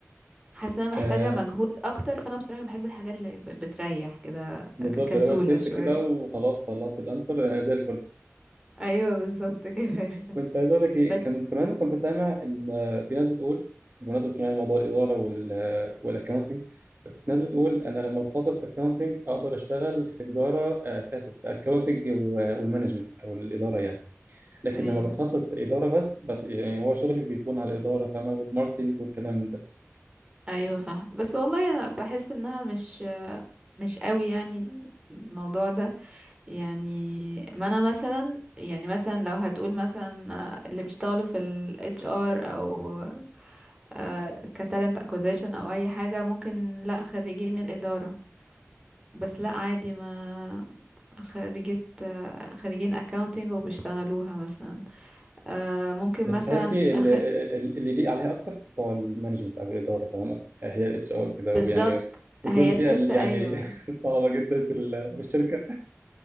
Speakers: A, on the right; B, on the right.
A: حاسه انها محتاجه
B: آه
A: مجهود اكتر فانا بصراحه بحب الحاجات اللي ب- بتريح كده
B: بالظبط
A: ك- كسوله
B: اللي هو ستيبس
A: شويه
B: كده وخلاص طلعت الانسر انا زي الفل
A: ايوه بالظبط كده <laughs>
B: كنت عايز اقول لك ايه
A: بس
B: كان كمان كنت سامع ان آه، في ناس بتقول بمناسبة يعني موضوع الإدارة وال آه، والأكونتنج ناس بتقول أنا لما أتخصص أكونتنج أقدر أشتغل في تجارة آه، آسف في أكونتنج والمانجمنت أو الإدارة يعني لكن
A: ايوه
B: لما بتخصص إدارة بس بت- يعني هو شغلي بيكون على الإدارة فاهمة والماركتنج والكلام ده
A: ايوه صح بس والله انا بحس انها مش مش قوي يعني ال- الموضوع ده يعني ما انا مثلا يعني مثلا لو هتقول مثلا آه، اللي بيشتغلوا في ال HR او آه، كتالنت اكوزيشن او اي حاجه ممكن لا خريجين الاداره بس لا عادي ما خريجة آه، خريجين accounting وبيشتغلوها مثلا آه، ممكن
B: بس
A: مثلا
B: تحسي اللي
A: أخ...
B: اللي ليه عليها اكتر بتوع المانجمنت او الاداره فاهمه يعني هي الاتش ار كده
A: بالظبط
B: ويعني ودول
A: هي
B: فئه
A: تحس
B: اللي
A: ايوه
B: يعني <laughs> صعبه جدا في ال- في الشركه